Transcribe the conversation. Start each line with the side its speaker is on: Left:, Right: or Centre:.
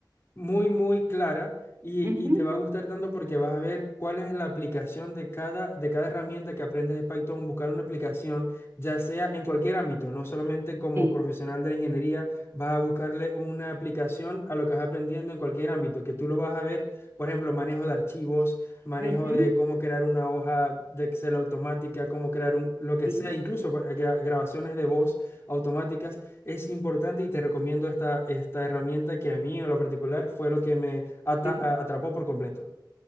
Left: muy, muy clara y,
Right: Ujú,
Left: y te va a gustar tanto porque vas a ver cuál es la aplicación de cada, de cada herramienta que aprendes de Python, buscar una aplicación, ya sea en cualquier ámbito, no solamente como
Right: Sí,
Left: profesional de la ingeniería, vas a buscarle una aplicación a lo que vas aprendiendo en cualquier ámbito, que tú lo vas a ver, por ejemplo, manejo de archivos, manejo
Right: ujú,
Left: de cómo crear una hoja de Excel automática, cómo crear un, lo que
Right: sí.
Left: sea, incluso para gra- grabaciones de voz automáticas es importante y te recomiendo esta, esta herramienta que a mí en lo particular fue lo que me ata-
Right: ujú.
Left: a- atrapó por completo.